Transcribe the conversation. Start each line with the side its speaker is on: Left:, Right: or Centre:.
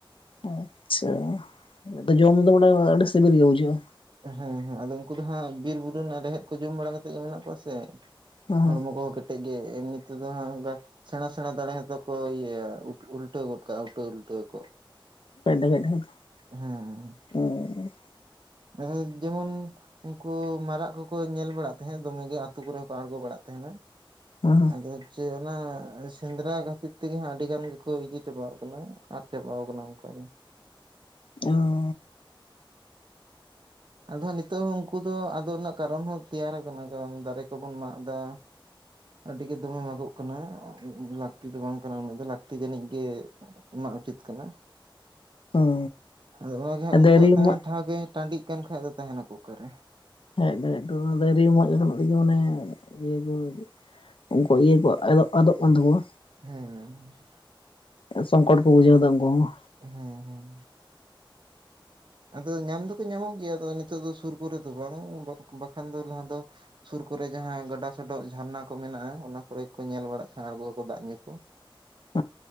Left: ᱟᱪᱪᱷᱟ ᱛᱚ ᱡᱚᱢ ᱫᱚ ᱢᱟᱱᱮ ᱟᱹᱰᱤ ᱥᱤᱵᱤᱞ ᱜᱮ ᱵᱩᱡᱷᱟᱹᱜᱼᱟ
Right: ᱦᱮᱸ ᱦᱮᱸ ᱟᱫᱚ ᱩᱱᱠᱩ ᱫᱚ ᱦᱟᱸᱜ ᱵᱤᱨ ᱵᱩᱨᱩ ᱨᱮᱱᱟᱜ ᱨᱮᱦᱮᱫ ᱠᱚ ᱡᱚᱢ ᱵᱟᱲᱟ ᱠᱟᱛᱮᱜ ᱜᱮ ᱢᱮᱱᱟᱜ ᱠᱚᱣᱟ ᱥᱮ᱾
Left: ᱦᱮᱸ
Right: ᱦᱚᱲᱢᱚ ᱠᱚᱦᱚᱸ ᱠᱮᱴᱮᱡ ᱜᱮ ᱮᱢᱱᱤ ᱛᱮᱫᱚ ᱚᱱᱠᱟ᱾ ᱥᱮᱬᱟ ᱥᱮᱬᱟ ᱫᱟᱲᱮᱛᱚᱠᱚ ᱤᱭᱟᱹᱭᱟ ᱩᱞᱴᱟᱹᱣ ᱜᱚᱫ ᱠᱟᱜᱼᱟ ᱩᱞᱴᱟᱹᱣ ᱩᱞᱴᱟᱹᱣ ᱟᱠᱚ
Left: ᱯᱷᱟᱭᱫᱟ ᱜᱮ ᱛᱟᱦᱮᱱᱟ
Right: ᱦᱮᱸ ᱦᱮᱸᱻ
Left: <unintelligible>
Right: ᱟᱨ ᱡᱮᱢᱚᱱ ᱩᱱᱠᱩ ᱢᱟᱨᱟᱜ ᱠᱚᱠᱚ ᱧᱮᱞ ᱵᱟᱲᱟᱜ ᱛᱟᱦᱮᱸᱫ ᱫᱚᱢᱮᱜᱮ ᱟᱛᱩ ᱠᱚᱨᱮ ᱠᱚ ᱟᱬᱜᱚ ᱵᱟᱲᱟᱜ ᱛᱟᱦᱮᱸᱱᱟ
Left: ᱮᱦᱮᱜ
Right: ᱟᱫᱚ ᱪᱮᱫ ᱚᱱᱟ ᱥᱮᱸᱫᱽᱨᱟ ᱠᱷᱟᱹᱛᱤᱨ ᱛᱮᱜᱮ ᱦᱟᱸᱜ ᱟᱹᱰᱤ ᱜᱟᱱ ᱜᱮᱠᱚ ᱤᱭᱟᱹ ᱪᱟᱵᱟᱣ ᱠᱟᱱᱟ ᱟᱫ ᱪᱟᱵᱟᱣ ᱠᱟᱱᱟ ᱡᱷᱚᱛᱚ ᱜᱮ
Left: <unintelligible>
Right: ᱟᱫᱚ ᱦᱟᱸᱜ ᱱᱤᱛᱚᱜ ᱦᱚᱸ ᱩᱱᱠᱩ ᱫᱚ ᱟᱫᱚ ᱨᱮᱱᱟᱜ ᱠᱟᱨᱚᱱ ᱦᱚᱸ ᱛᱮᱭᱟᱨ ᱟᱠᱟᱱᱟ ᱠᱟᱨᱚᱱ ᱫᱟᱨᱮ ᱠᱚᱵᱚᱱ ᱢᱟᱜ ᱮᱫᱟ᱾ ᱟᱹᱰᱤ ᱜᱮ ᱫᱚᱢᱮ ᱢᱟᱜᱚᱜ ᱠᱟᱱᱟ ᱞᱟᱹᱠᱛᱤ ᱫᱚ ᱵᱟᱝ ᱠᱟᱱᱟ ᱩᱱᱟᱹᱜ ᱫᱚ ᱞᱟᱹᱠᱛᱤ ᱡᱟᱹᱱᱤᱡ ᱜᱮ ᱮᱢ ᱩᱪᱤᱛ ᱠᱟᱱᱟ᱾
Left: ᱦᱮᱸ
Right: ᱟᱫᱚ ᱚᱱᱟᱜᱮ ᱦᱟᱸᱜ
Left: ᱦᱮᱸ
Right: ᱩᱱᱠᱩᱣᱟᱜ
Left: ᱫᱟᱨᱮ
Right: ᱛᱟᱦᱮᱱ
Left: ᱢᱟᱜ
Right: ᱴᱷᱟᱶ ᱜᱮ ᱴᱟᱺᱰᱤᱜ ᱠᱟᱱ ᱠᱷᱟᱱ ᱫᱚ ᱛᱟᱦᱮᱱᱟᱠᱚ ᱚᱠᱟᱨᱮ᱾
Left: <unintelligible> ᱫᱟᱨᱮ ᱢᱚᱸ <unintelligible> ᱤᱭᱟᱹ ᱠᱚ ᱩᱱᱠᱩ ᱤᱭᱟᱹ ᱠᱚ ᱟᱫᱚᱜ ᱟᱫᱚᱜ ᱠᱟᱱ ᱛᱟᱠᱚᱶᱟ᱾
Right: ᱦᱮᱸ
Left: ᱥᱚᱝᱠᱚᱴ ᱠᱚ ᱵᱩᱡᱷᱟᱹᱣ ᱫᱟ ᱩᱱᱠᱩ ᱦᱚᱸ
Right: ᱦᱮᱸ ᱦᱮᱸ ᱟᱫᱚ ᱧᱟᱢ ᱫᱚᱠᱚ ᱧᱟᱢᱚᱜ ᱜᱮᱭᱟ ᱟᱫᱚ ᱱᱤᱛᱚᱜ ᱫᱚ ᱥᱩᱨ ᱠᱚᱨᱮ ᱫᱚ ᱵᱟᱝ ᱵᱟᱠᱷᱟᱱ ᱫᱚ ᱞᱟᱦᱟ ᱫᱚ ᱥᱩᱨ ᱠᱚᱨᱮ ᱡᱟᱦᱟᱸ ᱜᱟᱰᱟ ᱥᱚᱰᱚᱜ ᱡᱷᱟᱨᱱᱟ ᱠᱚ ᱢᱮᱱᱟᱜᱼᱟ ᱚᱱᱟ ᱠᱚᱨᱮ ᱠᱚ ᱧᱮᱞ ᱵᱟᱲᱟᱜ ᱛᱟᱦᱮᱸᱫ ᱟᱲᱜᱳᱜ ᱟᱠᱚ ᱫᱟᱜ ᱧᱩ ᱠᱚ
Left: <inaudible>